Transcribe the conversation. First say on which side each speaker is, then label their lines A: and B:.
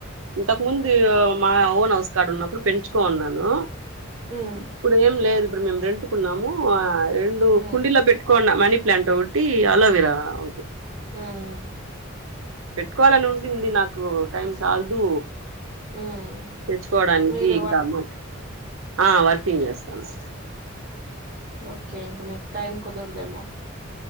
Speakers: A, on the right (about 85°); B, on the right (about 40°).
A: ఇంతకు ముందు మా ఓన్ హౌస్ కాడా ఉన్నప్పుడు పెంచుకో ఉన్నాను.
B: ఉమ్
A: ఇప్పుడు ఏం లేదు ఇప్పుడు మేము రెంుకున్నాము రెండు
B: ఉమ్
A: కుండలీ పెట్ కొండ మనీ ప్లాంట్ ఒకటి అలోవిరా ఒకటి
B: ఉమ్
A: పెట్టుకోవాలని ఉంటుంది నాకు టైం చల్దుూ
B: ఉమ్
A: తెచ్చుకోవడానికి
B: మీరు
A: ఇంకా
B: వా-
A: అ మా ఆ వర్ కింగ్యాస్తస్తను
B: ఓకే ఇంకా మీకు టైమ్ కుదరదేమో